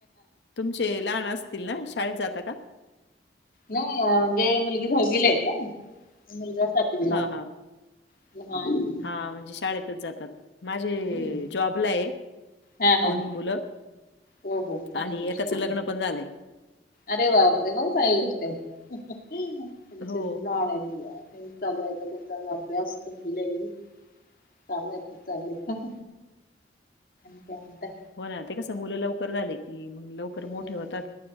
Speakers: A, on the left (about 85°); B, on the left (about 50°).
A: तुमचे लहान असतील ना, शाळेत जाता का?
B: नाही. म्हणजे मुलगी दहावीला ये आता अनं मुलगा सातवीला
A: हा हा
B: <unintelligible>
A: हा म्हणजे शाळेतच जातात. माझे
B: हम्म
A: जॉबला ये
B: हा हा
A: दोन्ही
B: हा.
A: मुलं
B: हो हो चागंली
A: आणि
B: गोष्ट
A: एकाचं
B: हाय.
A: लग्न पण झालंय
B: अरे बापरे, मंग चागंली गोष्ट आय. आमचे
A: हो
B: लहान येत मुळं हेच चालू ये आता त्याचाच अभ्यास, दहावीला हाय ही चालायचच चालय, आणि काय म्हणताय
A: हो ना ते कस, मुलं लवकर झाले की, मंग लवकर
B: हम्म
A: मोठे होतात.